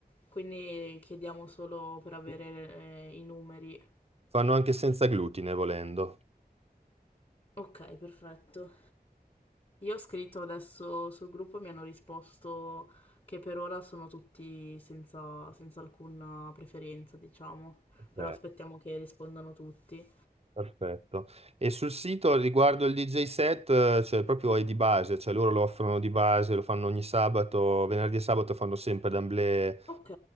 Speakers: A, on the left; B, on the right.
A: Quindi chiediamo solo per avere eh, i numeri.
B: fanno anche senza glutine volendo.
A: Ok, perfetto. Io ho scritto adesso sul gruppo e mi hanno risposto che per ora sono tutti senza, senza alcuna preferenza, diciamo.
B: Ok.
A: Però aspettiamo che rispondano tutti.
B: Perfetto. E sul sito riguardo il DJ set, eh, cioè proprio è di base, cioè loro lo offrono di base, lo fanno ogni sabato, venerdì e sabato fanno sempre d'amblè
A: Ok,